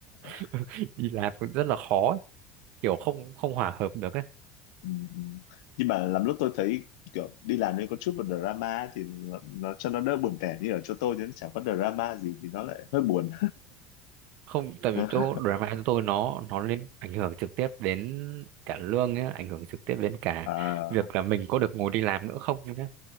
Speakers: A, on the left; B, on the right.
A: <laughs>
B: <laughs> đi làm cũng rất là khó ấy. kiểu không không hòa hợp được ấy.
A: Ừ. ừ. nhưng mà lắm lúc tôi thấy kiểu đi làm nên có chút một drama ấy thì nó, nó cho nó đỡ buồn tẻ như ở chỗ tôi thì nó chẳng có drama gì thì nó lại hơi buồn
B: không tại vì
A: <laughs>
B: chỗ drama của tôi nó nó liên ảnh hưởng trực tiếp đến cả lương nhá ảnh hưởng trực tiếp đến cả
A: à,
B: việc là mình có được ngồi đi làm nữa không nhá